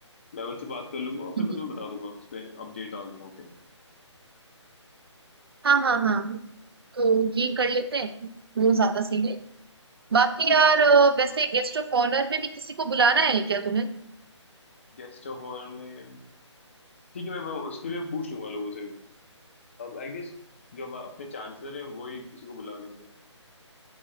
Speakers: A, on the left; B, on the right.
A: मैं उनसे बात कर लूंगा और फिर
B: हम्म।
A: मैं तुम्हें बता दूंगा उस पर अपडेट डाल दूंगा ओके
B: हाँ हाँ हाँ तो ये कर लेते हैं वो ज्यादा सीन है बाकी
A: ठीक
B: यार
A: है
B: अ, वैसे गेस्ट ऑफ ऑनर में भी किसी को बुलाना है क्या तुम्हें
A: गेस्ट ऑफ ऑनर में ठीक है मैं मैं उसके लिए पूछ लूंगा लोगों से आई गेस जो हम अपने चांसलर हैं वो ही किसी को बुला लेंगे